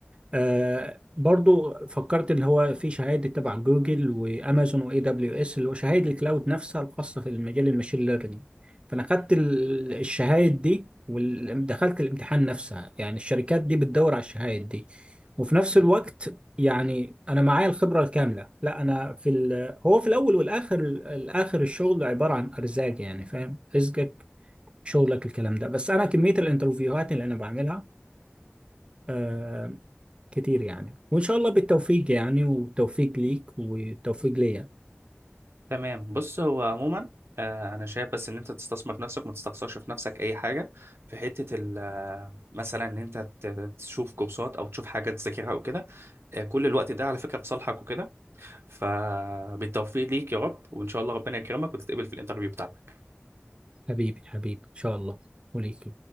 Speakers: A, on the right; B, on the right.
A: آه برضو فكرت اللي هو في شهادة تبع جوجل وامازون واي دبليو اس اللي هو شهادة الكلاود نفسها الخاصة في المجال الماشين ليرنينج فانا خدت ال- الشهادة دي ودخلت الامتحان نفسها يعني الشركات دي بتدور على الشهادة دي وفي نفس الوقت يعني انا معايا الخبرة الكاملة لا انا في ال... هو في الاول والاخر الاخر الشغل عبارة عن ارزاق يعني فاهم رزقك شغلك الكلام ده بس انا كمية الانترفيوهات اللي انا بعملها آه، كتير يعني وإن شاء الله بالتوفيق يعني والتوفيق ليك والتوفيق ليا
B: تمام بص هو عموما آه، أنا شايف بس إن أنت تستثمر في نفسك ما تستخسرش في نفسك أي حاجة في حتة ال... آه، مثلا إن أنت ت- تشوف كورسات أو تشوف حاجة تذاكرها أو كده آه، كل الوقت ده على فكرة في صالحك وكده فبالتوفيق ليك يا رب وإن شاء الله ربنا يكرمك وتتقبل في الانترفيو بتاعك
A: حبيبي حبيبي إن شاء الله وليك